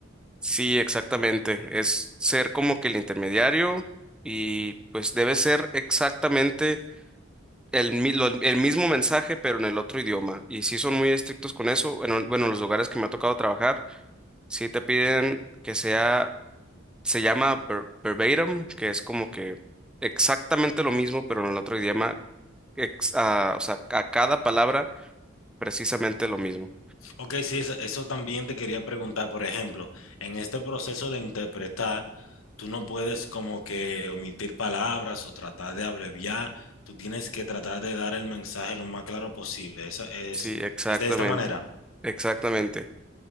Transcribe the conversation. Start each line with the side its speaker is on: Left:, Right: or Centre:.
Centre: sí, exactamente. Es ser como que el intermediario y pues debe ser exactamente el, mi- lo- el mismo mensaje pero en el otro idioma. Y sí son muy estrictos con eso. Bueno, bueno, los lugares que me ha tocado trabajar, sí te piden que sea se llama ver- verbatim, que es como que exactamente lo mismo, pero en el otro idioma, ex- ah, o sea, a cada palabra precisamente lo mismo.
Left: Ok, sí, eso, eso también te quería preguntar, por ejemplo, en este proceso de interpretar, tú no puedes como que omitir palabras o tratar de abreviar, tú tienes que tratar de dar el mensaje lo más claro posible. Esa es,
Centre: Sí, exactamente,
Left: es de esta manera.
Centre: exactamente.